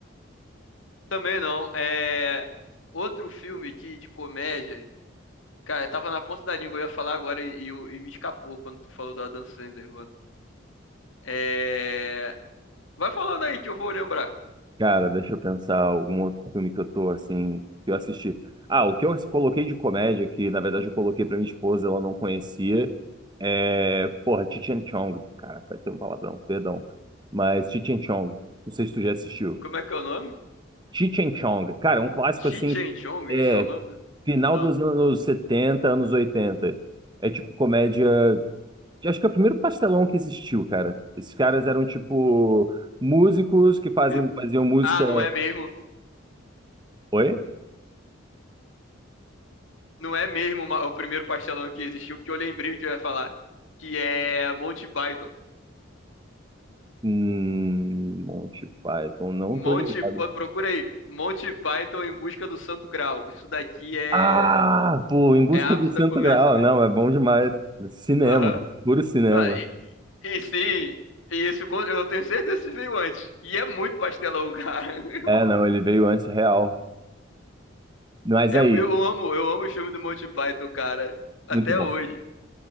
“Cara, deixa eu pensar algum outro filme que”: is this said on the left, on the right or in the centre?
Right